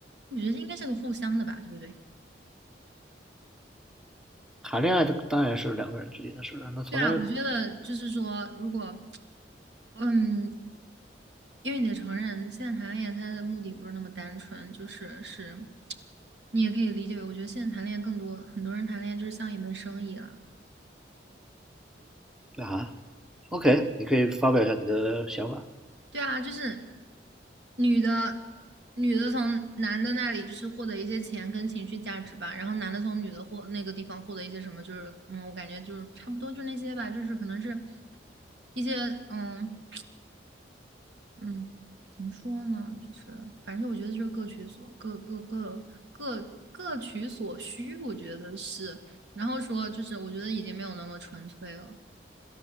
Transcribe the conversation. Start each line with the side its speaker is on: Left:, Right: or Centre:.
Right: 我觉得应该是个互相的吧，对不对？
Centre: 谈恋爱当然是两个人之间的事儿，那从来
Right: 对啊，我觉得就是说，如果，嗯，因为你得承认，现在谈恋爱他的目的不是那么单纯，就是是，你也可以理解为，我觉得现在谈恋爱更多，很多人谈恋爱就是像一门生意了。
Centre: 啊，OK，你可以发表一下你的想法。
Right: 对啊，就是女的，女的从男的那里就是获得一些钱跟情绪价值吧，然后男的从女的获那个地方获得一些什么，就是嗯，我感觉就是差不多就那些吧，就是可能是一些嗯嗯，怎么说呢，就是反正我觉得就是各取所各各各各各取所需，我觉得是，然后说就是我觉得已经没有那么纯粹了，